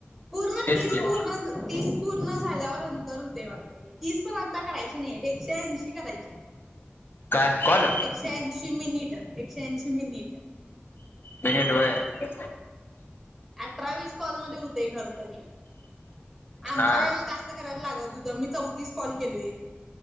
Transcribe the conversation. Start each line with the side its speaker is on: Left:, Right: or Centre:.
Centre: पूर्ण
Left: तेच
Centre: तीस
Left: की.
Centre: पूर्ण तीस. पूर्ण झाल्यावर नंतर होतेय वाटत ते. तीस पण आता करायची नाही एकशे ऐंशी करायचे.
Left: काय कॉल?
Centre: एकशे ऐशी मिनिट. एकशे ऐंशी मिनिट.
Left: मिनिट व्हय.
Centre: अठरा वीस कॉलमध्ये होते खर तरी. आमच्या
Left: हा
Centre: वेळेला जास्त करायला लागत होतं. मी चौतीस कॉल केलोय.